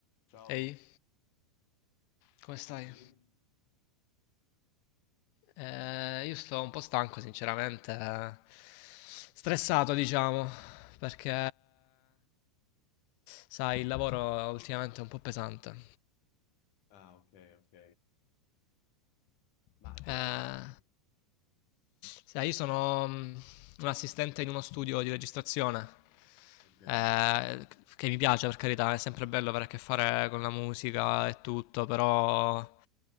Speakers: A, on the left; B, on the left.
A: Ciao.
B: Ehi, come stai?
A: Come stai?
B: Eh, io sto un po' stanco, sinceramente, eh, stressato, diciamo, perché, sai, il lavoro ultimamente è un po' pesante.
A: Ah, ok, ok. Ma che
B: Eh,
A: lavoro fai?
B: sai, io sono mm, un assistente in uno studio di registrazione,
A: Ok.
B: eh, che mi piace per carità, è sempre bello avere a che fare con la musica e tutto, però